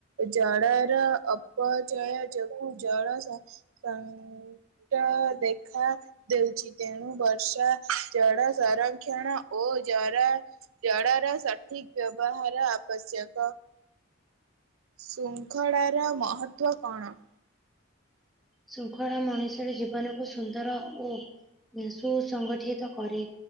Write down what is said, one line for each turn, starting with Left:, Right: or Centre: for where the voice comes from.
Right: ଜଳର ଅପଚୟ ଯୋଗୁ ଜଳ ଶଙ୍କଟ ଦେଖା ଦଉଛି ତେଣୁ ବର୍ଷା ଜଳ ସଂରକ୍ଷଣ ଓ ଜର ଜଳର ସଠିକ ବ୍ୟବହାର ଆବଶ୍ୟକ। ଶୃଙ୍ଖଳାର ମହତ୍ବ କଣ?
Centre: ଶୃଙ୍ଖଳା ମଣିଷର ଜୀବନକୁ ସୁନ୍ଦର ଓ ସୁ ସଂଗଠିତ କରେ